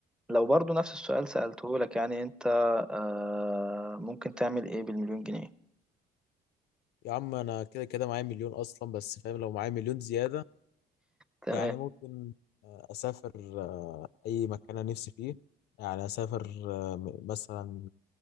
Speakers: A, in the centre; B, on the left.
A: لو برضو نفس السؤال سألته لك يعني انت آه ممكن تعمل ايه بالمليون جنيه
B: يا عم انا كده كده معايا مليون اصلا بس فاهم لو معايا مليون زياده
A: تمام
B: يعني ممكن آه، اسافر آه، اي مكان انا نفسي فيه يعني اسافر آه، م- مثلا